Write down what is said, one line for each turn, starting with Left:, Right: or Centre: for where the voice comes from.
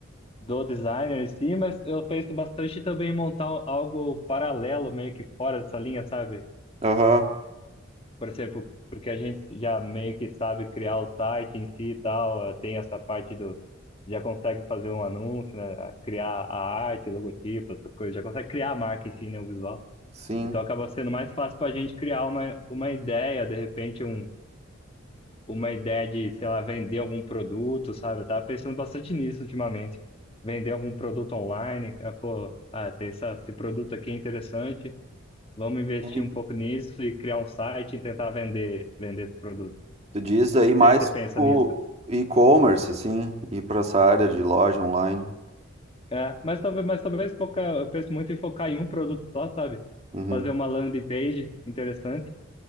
Left: do designer em si, mas eu penso bastante também em montar algo paralelo, meio que fora dessa linha, sabe?
Right: Aham,
Left: Por exemplo, porque a gente já meio que sabe criar o site em si e tal, eh, tem essa parte do. Já consegue fazer um anúncio, né? a- Criar a arte, logotipo, essas coisas, já consegue criar a marca em si, né? O visual.
Right: sim.
Left: Então acaba sendo mais fácil para a gente criar uma, uma ideia, de repente, um uma ideia de, sei lá, vender algum produto, sabe? Eu tava pensando bastante nisso ultimamente. Vender algum produto online, ah, pô, ah, tem essa, esse produto aqui é interessante, vamos investir
Right: sim.
Left: um pouco nisso e criar um site e tentar vender, vender esse produto.
Right: Tu diz aí mais
Left: Não sei se você pensa
Right: o
Left: nisso.
Right: e-commerce, assim, ir para essa área de loja online.
Left: É, mas talvez, mas talvez focar, eu penso muito em focar em um produto só, sabe?
Right: Uhum.
Left: Fazer uma landing page interessante